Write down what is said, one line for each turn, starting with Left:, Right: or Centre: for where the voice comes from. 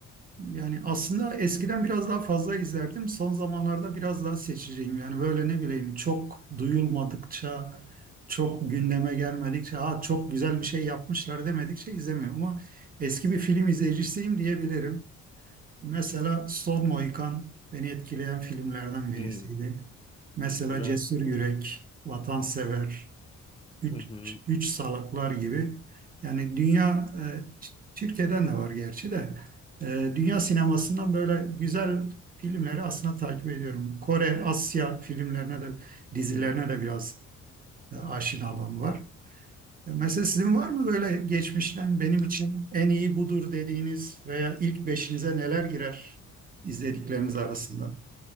Right: Yani aslında eskiden biraz daha fazla izlerdim. Son zamanlarda biraz daha seçeceğim. Yani böyle ne bileyim çok duyulmadıkça, çok gündeme gelmedikçe, ha çok güzel bir şey yapmışlar demedikçe izlemiyorum. Ama eski bir film izleyicisiyim diyebilirim. Mesela Son Mohikan beni etkileyen filmlerden birisiydi.
Left: Hmm,
Right: Mesela
Left: Güzel.
Right: Cesur Yürek,
Left: Evet.
Right: Vatansever üç,
Left: Hı hı,
Right: üç salaklar gibi. Yani dünya, e, Türkiye'den de var gerçi de, e, dünya sinemasından böyle güzel filmleri aslında takip ediyorum. Kore, Asya filmlerine de, dizilerine
Left: hı hı.
Right: de biraz e, aşinalığım var. E, Mesela sizin var mı böyle geçmişten benim için en iyi budur dediğiniz veya ilk beşinize neler girer izledikleriniz arasında?